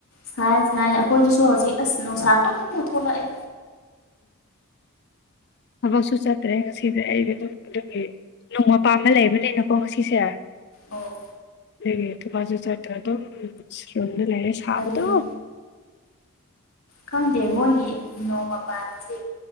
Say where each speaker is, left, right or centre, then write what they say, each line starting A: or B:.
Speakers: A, on the left; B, on the left.
A: ꯁꯥꯏ ꯁꯥꯏ ꯑꯩꯈꯣꯏꯗꯨꯁꯨ ꯍꯧꯖꯤꯛ ꯑꯁ ꯅꯨꯡꯁꯥ ꯀꯝꯅ ꯊꯣꯛꯂꯛꯑꯦ
B: ꯎ ꯊꯕꯛꯁꯨ ꯆꯠꯇ꯭ꯔꯦ ꯉꯁꯤꯗꯤ ꯑꯩꯒꯤꯝ ꯑꯗꯨꯒꯤ ꯅꯣꯡꯃꯄꯥꯝꯃ ꯂꯩꯕꯅꯤꯅꯀꯣ ꯉꯁꯤꯁꯦ
A: ꯑꯣ
B: ꯑꯒꯤ ꯊꯕꯥꯖ ꯆꯠꯇ꯭ꯔꯗꯣ ꯔꯨꯝꯗ ꯂꯩꯔꯦ ꯁꯥꯕꯗꯣ
A: ꯑꯗꯨꯅꯤ ꯈꯪꯗꯦ ꯃꯣꯏꯒꯤ ꯅꯣꯡꯃ ꯄꯥꯟꯕꯁꯦ